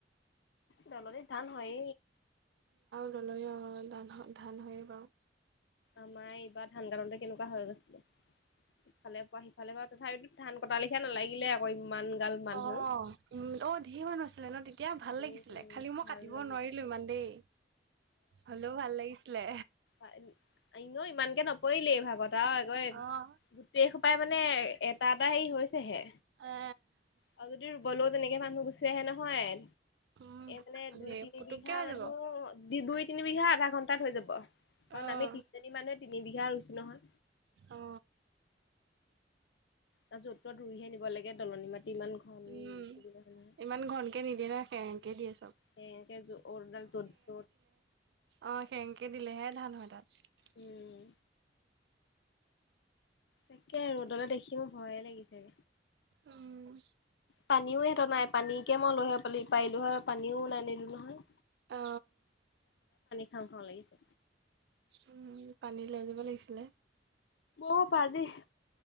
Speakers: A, on the left (about 70°); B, on the right (about 65°).
A: তলতে ধান হয়
B: তললৈ ধান হয়ে বাৰু
A: আমাৰ এইবাৰ ধান কাটোতে কেনেকুৱা হৈ গৈছিলে ইফালে ধান কটালিখা নালাগিলে আকৌ ইমান গাল
B: অ
A: মানুহ
B: উম ধীৰ মানুহ আছিলে ন তেতিয়া এতিয়া ভাল লাগিছিলে
A: উম
B: খালি মই
A: ভাল
B: কাটিব
A: লাগিল
B: নোৱাৰিলো ইমান দেই হ'লেও ভাল লাগিছিলে
A: ন ইমানকে নপৰিলে এই ভাগত চাওঁ আকোৱে
B: অ।
A: গোটেই খোপাই মানে এটা এটা হেৰি হেইহে
B: এ
A: আৰু যদি ৰুবলৈও তেনেকে মানুহ গুচি হে নহয় এ
B: উম
A: মানে দুই
B: ধেৰ
A: তিনি
B: পুতুককে
A: বিঘা
B: হৈ
A: মানুহ
B: যাব
A: দি দুই তিন বিঘা আধা ঘণ্টাত হৈ যাব
B: অ',
A: কাৰণ আমি তিনিজনী মানুহে তিন বিঘা ৰুইছো নহয়
B: অ
A: তাত য'ত তত ৰুইহে নিব লাগে দলনি মাটি ইমান ঘন
B: উম
A: সুবিধা নহয়
B: ইমান ঘনকে নিদিয়ে না খেৰেনকে দিয়ে চব
A: সকেডাল <unintelligible> ত
B: অহ খেৰেঙকে দিলেহে ধান হয় তাত
A: উম তাকে ৰ'দলে দেখি মো ভয়ে লাগিছে
B: উম
A: পানীও সিহঁত নাই পানীকে মই লৈ আহিবগে পা- পাৰিলো হয় পানীও নাই নিলো নহয়
B: অ
A: খাও খাওঁ লাগিছে
B: উম পানী লৈ যিব লাগিছিলে
A: অ পানী